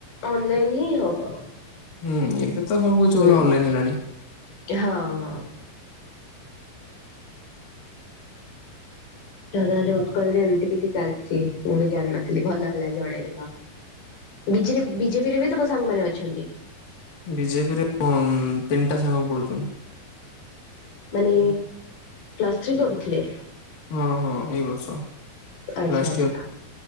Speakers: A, on the left (about 90°); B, on the left (about 65°).
A: ଅନଲାଇନ୍ ହିଁ ହବ?
B: ହୁଁ ଏବେ ତ ସବୁ କିଛି
A: ହୁଁ।
B: ଅନଲାଇନ ହେଲାଣି।
A: ହଁ ହଁ। ତାହେଲେ ଉତ୍କଳ ରେ ଏମିତି କିଛି ଚାଲିଛି ମୁଁ ବି ଜାଣିନଥିଲି ଭଲ ହେଲା ଜଣେଇଦେଲ। ବିଜେ ବିଜେପିରେ ବି ତମ ସାଙ୍ଗମାନେ ଅଛନ୍ତି?
B: ବିଜେପିରେ ତିନିଟା ସାଙ୍ଗ ପଢୁଛନ୍ତି।
A: ମାନେ ପ୍ଲାସ୍ ଥ୍ରୀ କରୁଥିଲେ?
B: ହଁ ହଁ ଏଇ ବର୍ଷ
A: ଆଚ୍ଛା
B: ଲାଷ୍ଟ୍
A: ଆଚ୍ଛା
B: ଇୟର।